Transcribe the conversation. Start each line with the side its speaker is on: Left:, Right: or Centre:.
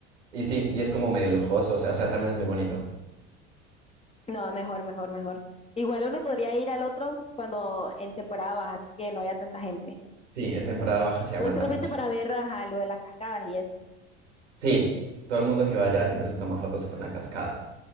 Right: Y sí, y es como medio lujoso, o sea, o sea, también es muy bonito.
Left: No, mejor, mejor, mejor. Igual uno podría ir al otro cuando en temporada baja, así que no haya tanta gente.
Right: Sí, en temporada baja se aguanta
Left: Creo que solamente
Right: mucho.
Left: para ver, ajá, lo de las cascadas y eso.
Right: Sí, todo el mundo que va allá siempre se toma fotos con la cascada.